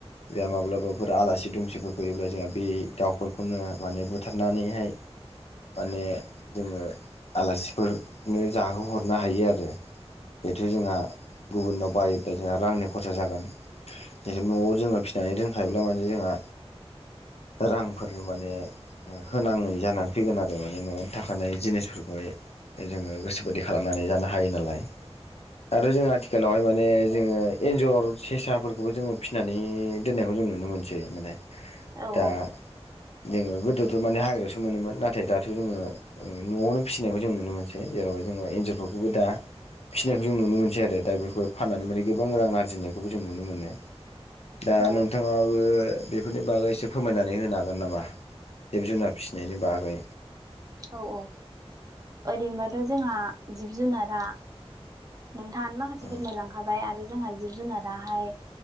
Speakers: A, on the left (about 75°); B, on the right (about 35°).
A: जा माब्लाबाफोर आलासि दुमसिफोर फैयोब्ला जोंहा बे दाउफोरखौनो माने बुथार नानैहाय माने जोङो आलासिफोरनो जाहोहरनो हायो आरो। बेथ' जोंहा गुबुननाव बायोब्ला जोंहा रांनि खरसा जागोन ज न'आव जोङो फिसिनानै दोनखायोब्ला माने जोंहा रांफोर माने होनाङै जानानै फैगोन आरो माने न'आवनो थाखानाय जिनिसफोरखौहाय जोङो गोसोोबायि खालामनानै जानो हायो नालाय आरो जोंङो आथिखालावहाय माने जोङो एन्जर सेसाफोरखौबो जोङो फिसिनानै दोननायखौ जों नुनो मोनसै माने।
B: औ
A: दा
B: औ
A: <inaudible> माने हाग्रायावसो मोनोमोन नाथाय दाथ' जोङो न'आवनो फिसिनायखौ जों नुनो मोनसै जेरावह जोङो एन्जरफोरखौ बेबो दा फिसिनायखौ जों नुनो मोनसै आरो दा बेफोरखौ फाननानै माने गोबां रां आरजिनायखौबो जों नुनो मोनो। दा
B: औ
A: नोंथाङाबो बेफोरनि बागै एसे फोरमायनानै होनो हागोन नामा? जिब जुनार फिसिनायनि बागै
B: औ औ ओरैनोबाथ' जोंहा जिब जुनारा नोंथाङ माखासे
A: औ
B: फोरमायलांखाबाय आरो जोंहा जिब जुनाराहाय